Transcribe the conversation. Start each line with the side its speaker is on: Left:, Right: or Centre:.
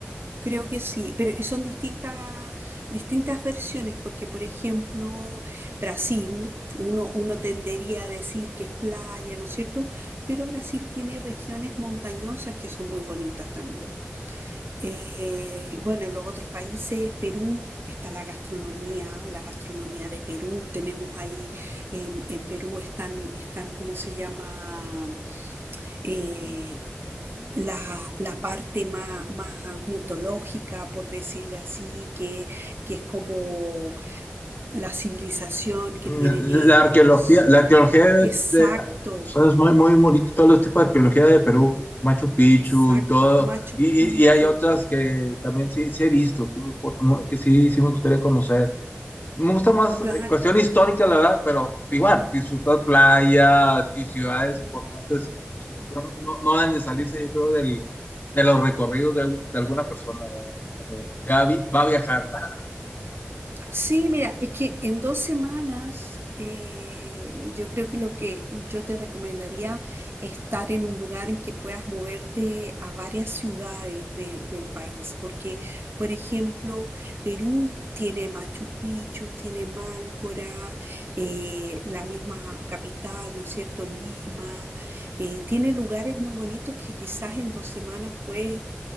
Right: Creo que sí, pero y son distintas, distintas versiones, porque por ejemplo, Brasil, uno, uno tendería a decir que es playa, ¿no es cierto? Pero Brasil tiene regiones montañosas que son muy bonitas también. Eh, bueno, los otros países, Perú, está la gastronomía, la gastronomía de Perú, tenemos ahí, en, en Perú están, están, ¿cómo se llama? Eh, la, la parte más, más mitológica, por decirlo así, que, que es como la civilización que
Left: Mm,
Right: tienen ellos.
Left: La arqueología, la arqueología de,
Right: Exacto,
Left: de- o sea, es muy, muy bonito, todos los tipos de arqueología de Perú, Machu Picchu
Right: exacto.
Left: y todo,
Right: Machu
Left: y,
Right: Picchu.
Left: y- y hay otras que también sí, sí he visto, que, me- por- mo- que sí, sí me gustaría conocer. Me gusta más
Right: Claro,
Left: eh, cuestión histórica, la verdad, pero igual, disfrutar playas y ciudades importantes, pues, no, no, no deben de salirse, yo creo, del, de los recorridos de, de alguna persona, ¿verdad? Cuando ya vi- va a viajar, ¿verdad?
Right: Sí, mira, es que en dos semanas eh, yo creo que lo que yo te recomendaría es estar en un lugar en que puedas moverte a varias ciudades de- del país, porque, por ejemplo, Perú tiene Machu Picchu, tiene Máncora, eh, la misma capital, ¿no es cierto? Lima, eh, tiene lugares muy bonitos que quizás en dos semanas puedes